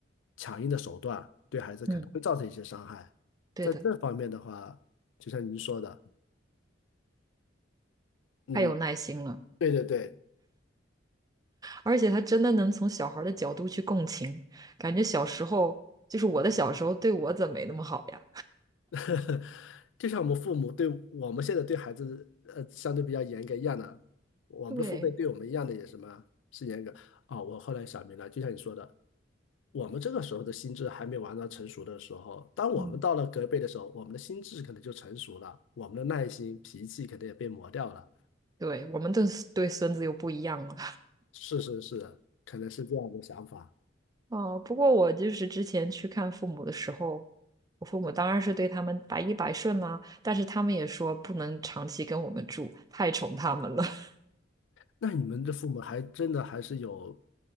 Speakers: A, on the left; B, on the right.
A: 强硬的手段，对孩子可能会造成一些伤害。
B: 嗯，对的，
A: 在这方面的话，就像您说的，嗯，
B: 太有耐心了，
A: 对对对，
B: 而且他真的能从小孩儿的角度去共情，感觉小时候就是我的小时候对我怎么没那么好呀？
A: <laughs> 就像我们父母对我们现在对孩子，呃，相对比较严格一样的，我们的父辈对我们一样的也什么是严格。
B: 对，
A: 哦，我后来想明白，就像你说的，我们这个时候的心智还没完全成熟的时候，当我们到了隔辈的时候，
B: 嗯，
A: 我们的心智可能就成熟了，我们的耐心、脾气可能也被磨掉了。
B: 对，我们对对孙子又不一样了。
A: 是是是，可能是这样的想法。
B: 哦，不过我就是之前去看父母的时候，我父母当然是对他们百依百顺啦，但是他们也说不能长期跟我们住，太宠他们了，<laughs>
A: 那你们的父母还真的还是有